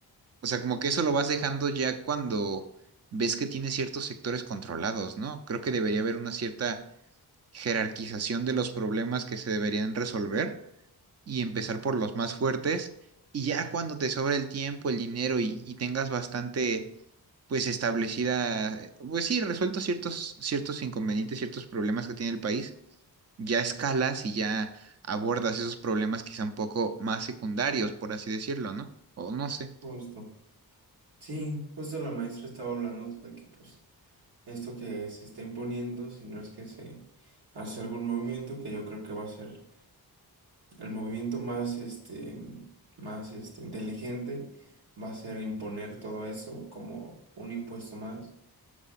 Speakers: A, on the right (about 40°); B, on the right (about 80°).
A: O sea, como que eso lo vas dejando ya cuando ves que tienes ciertos sectores controlados, ¿no? Creo que debería haber una cierta jerarquización de los problemas que se deberían resolver y empezar por los más fuertes y ya cuando te sobre el tiempo, el dinero y, y tengas bastante, pues establecida, pues sí, resueltos ciertos, ciertos inconvenientes, ciertos problemas que tiene el país, ya escalas y ya abordas esos problemas quizá un poco más secundarios, por así decirlo, ¿no? O no sé.
B: Justo. Sí, justo la maestra estaba hablando de que pues esto que se está imponiendo, si no es que se hace algún movimiento que yo creo que va a ser el movimiento más este más este inteligente va a ser imponer todo eso como un impuesto más